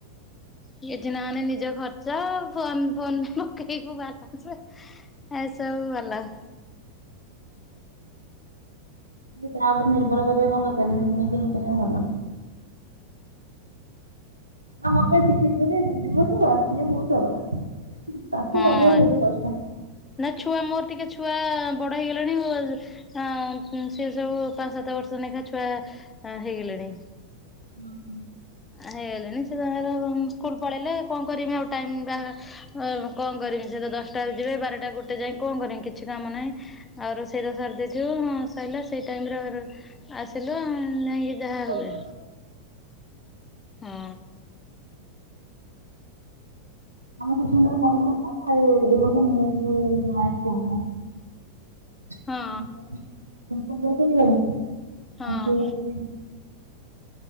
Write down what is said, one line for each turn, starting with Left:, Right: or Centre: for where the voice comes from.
Left: କିଛି ନହେଲେ ନିଜ ଖର୍ଚ ଫୋନ ଫୋନ ପକେଇବୁ ବାଲାନ୍ସ। ଏସବୁ ଭଲ।
Right: କାହା ଉପରେ ନିର୍ଭର କରିବା କଣ ଦରକାର ନିଜେ ନିଜେ ଭିତରେ ଭଲ। ମତେ ସେଠି ଝିଅଟି ଦି ବର୍ଷ ର ସେ ବହୁତ ଚଗଲା। <unintelligible> ତାକୁ
Left: ହଁ
Right: ପାରିବା ବହୁତ କଷ୍ଟ।
Left: ନା ଛୁଆ ମୋର ଟିକେ ଛୁଆ ବଡ ହେଇଗଲେଣି ହଁ ସିଏ ସବୁ ପାଞ୍ଚ ସାତ ବର୍ଷ ଲେଖା ଛୁଆ ହେଇଗଲେଣି।
Right: ହୁଁ ହୁଁ।
Left: ହେଇଗଲେଣି ସେ ତାଙ୍କର ସ୍କୁଲ ପଳେଇଲେ କଣ କରିବି ଆଉ ଟାଇମ ବାହାର କଣ କରିମିସେ ତ ଦଶଟା ରୁ ଯିବେ ବାରଟା ଗୋଟେ ଯାଏ କଣ କରିମି କିଛି କାମ ନାହିଁ ଆଉ ରୋଷେଇ ରୁଷା ସାରିଦେଇଥିବ ସଇଲା ସେଇ ଟାଇମରେ ଆସିଲ ଯାଇକି ଯାହା
Right: <unintelligible> ଆମ
Left: ହୁଏ ହଁ
Right: ପୁଅ ଶିଶୁ ମନ୍ଦିର ରେ ପଢ଼ୁଥିଲା ପୁଅ ଏଇ ବର୍ଷ ନେଇ ଆସିଲୁ ଗାଁ ସ୍କୁଲ୍ କୁ। <unintelligible>
Left: ହଁ। ହଁ